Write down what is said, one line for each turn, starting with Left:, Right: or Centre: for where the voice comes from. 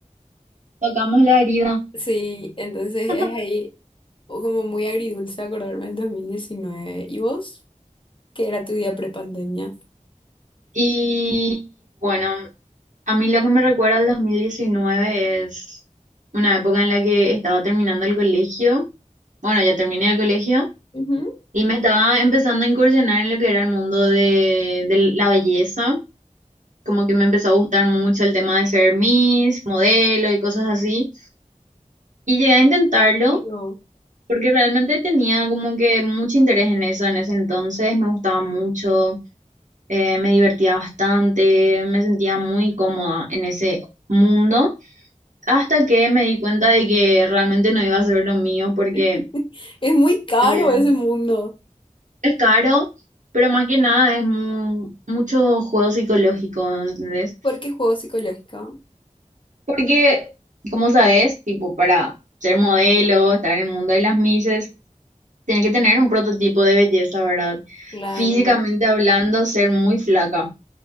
Right: tocamos la herida.
Left: Sí, entonces
Right: <laughs>
Left: es ahí como muy agridulce acordarme del 2019. ¿Y vos? ¿Qué era tu día prepandemia?
Right: Y bueno. A mí lo que me recuerda al 2019 es una época en la que estaba terminando el colegio. Bueno, ya terminé el colegio
Left: Ujú,
Right: y me estaba empezando a incursionar en lo que era el mundo de, de la belleza. Como que me empezó a gustar mucho el tema de ser Miss, modelo y cosas así. Y llegué a intentarlo
Left: digo,
Right: porque realmente tenía como que mucho interés en eso en ese entonces. Me gustaba mucho, eh, me divertía bastante, me sentía muy cómoda en ese mundo. hasta que me di cuenta de que realmente no iba a ser lo mío porque
Left: <laughs> es muy caro
Right: eh,
Left: ese mundo.
Right: es caro, pero más que nada es mu- mucho juego psicológico, ¿entendés?
Left: ¿Por qué juego psicológico?
Right: Porque, como sabes, tipo, para ser modelo, estar en el mundo de las misses tienes que tener un prototipo de belleza, ¿verdad?
Left: Claro.
Right: Físicamente hablando, ser muy flaca.